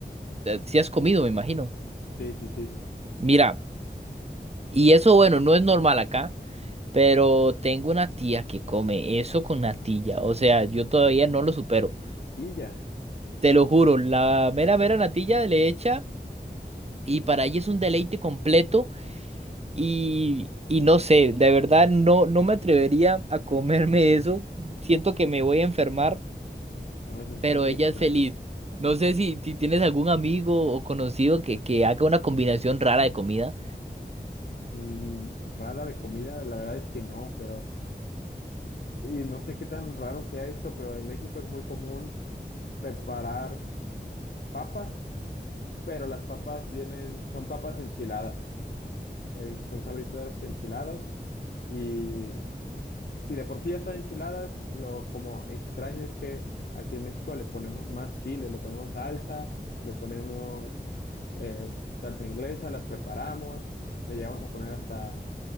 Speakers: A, on the right; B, on the left.
A: si has comido, me imagino.
B: Sí, sí, sí.
A: Mira, y eso, bueno, no es normal acá, pero tengo una tía que come eso con natilla, o sea, yo todavía no lo supero.
B: Natilla.
A: Te lo juro, la mera, mera natilla le echa y para ella es un deleite completo. Y, y no sé, de verdad no, no me atrevería a comerme eso. Siento que me voy a enfermar,
B: No, esa sí
A: pero
B: está muy
A: ella
B: extraña.
A: es feliz. No sé si, si tienes algún amigo o conocido que, que haga una combinación rara de comida.
B: Mm, rara de comida, la verdad es que no, pero y no sé qué tan raro sea esto, pero en México es muy común preparar papas, pero las papas vienen, son papas enchiladas, eh, son sabritas enchiladas y Si de por sí ya están enchiladas, lo como extraño es que aquí en México le ponemos más chile, le ponemos salsa, le ponemos eh, salsa inglesa, las preparamos, le llegamos a poner hasta,